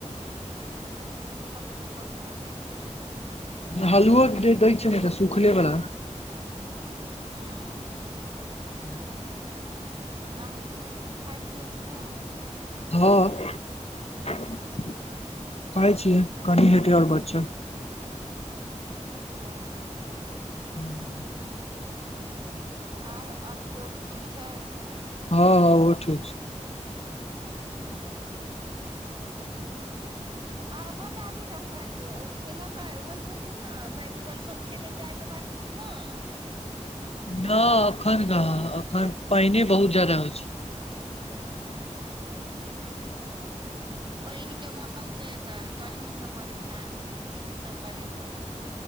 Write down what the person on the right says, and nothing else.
सुखल सुखल भऽ जाय छै
<unintelligible>
आ नमकीन उमकीन खाइ छियै कि नहि
ओ
ओर आस्तोष ठीक छै
आ बताबी रहु <unintelligible> खेला पा होइ छै की ने बैट बॉल सब खेले जायत बानी कि नहि
पानिके मौसम छै तऽ गर्मीसँ परेशान तऽ पानिसँ परेशान